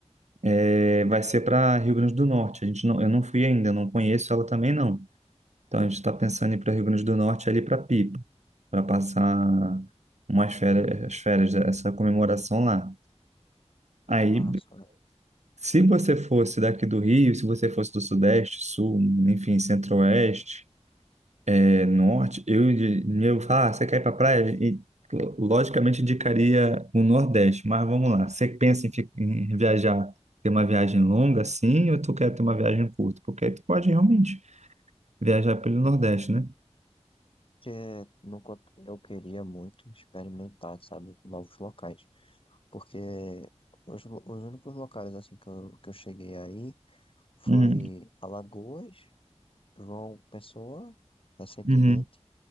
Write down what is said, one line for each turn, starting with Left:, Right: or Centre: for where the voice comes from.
Right: é, vai ser para Rio Grande do Norte. A gente não, eu não fui ainda, não conheço ela também não. Então a gente está pensando em ir para Rio Grande do Norte ali para Pipa, para passar umas férias, as férias, essa comemoração lá. Aí,
Left: Massa,
Right: se você fosse daqui do Rio, se você fosse do Sudeste, Sul, enfim, Centro-Oeste, eh, Norte, eu, de- eu falar, ah, você quer ir para praia? E, lo- logicamente, indicaria o Nordeste, mas vamos lá. Você pensa em, fi- em viajar, ter uma viagem longa, sim, ou tu quer ter uma viagem curta? Porque aí tu pode realmente viajar pelo Nordeste, né?
Left: que nunca eu queria muito experimentar, sabe, novos locais, porque os, lo- os únicos locais assim que eu, que eu cheguei aí foi
Right: Uhum,
Left: Alagoas, João Pessoa, recentemente,
Right: uhum.